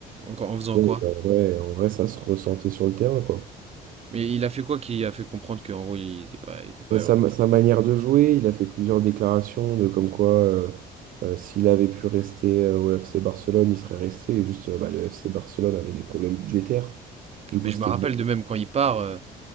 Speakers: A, on the right; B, on the right.
A: En, en faisant
B: Donc
A: quoi?
B: euh, ouais, en vrai, ça se ressentait sur le terrain, quoi.
A: Mais il a fait quoi qui a fait comprendre qu'en gros il était pas, il était pas
B: Mais Sa,
A: heureux?
B: ma- sa manière de jouer, il a fait plusieurs déclarations de comme quoi euh, euh, s'il avait pu rester euh, au FC Barcelone, il serait resté. Et juste, euh, bah, le FC Barcelone avait des problèmes budgétaires. Du coup,
A: Mais je
B: c'était
A: me rappelle
B: bon.
A: de même quand il part, euh,